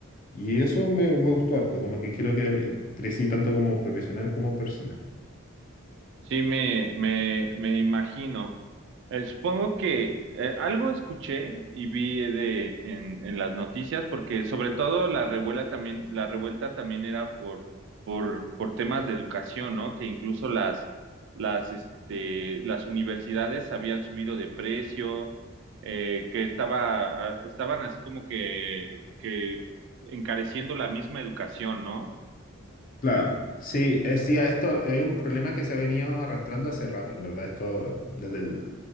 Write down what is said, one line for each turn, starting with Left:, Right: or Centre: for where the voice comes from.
Left: Y eso me, me gustó harto, como que creo que eh, crecí tanto como profesional como persona.
Right: Sí, me, me, me imagino. Eh, supongo que eh, algo escuché y vi de en, en las noticias, porque sobre todo la revuelta también, la revuelta también era por, por, por temas de educación, ¿no? Que incluso las, las, este, las universidades habían subido de precio, eh, que estaba, ah, estaban así como que, que encareciendo la misma educación, ¿no?
Left: Claro, sí, es, sí, esto es un problema que se ha venido arrastrando hace rato, en verdad, esto desde el-